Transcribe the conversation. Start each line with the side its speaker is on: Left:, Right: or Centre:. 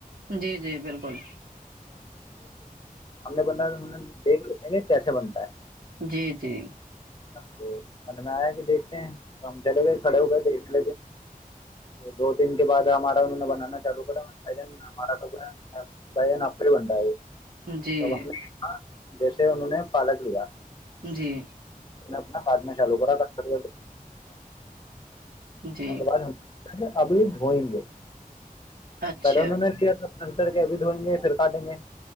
Right: جی جی بالکل
Left: بندہ نے دیک نہیں کیسے بنتا ہے
Right: جی جی
Left: تو من میں آیا کہ دیکھتے ہیں ہم چلے گئے کھڑے ہو گئے دیکھنے ل گئے دو دن کے بعد ہمارا انہوں نے بنانا لوگ بھ جن مارا لوگ ہے بج ن اپری بنڈائے
Right: جی
Left: <inaudible> جیسے انہوں نے پالک لیا
Right: جی
Left: اپنا کاٹنا چالو کراٹاٹنے
Right: جی
Left: کے بعد ابھی دھوئیں گے
Right: اچھا
Left: پہلے انہوں نے کیا تھا انسر کے ابھی دھویں گے پھر کاٹیں گے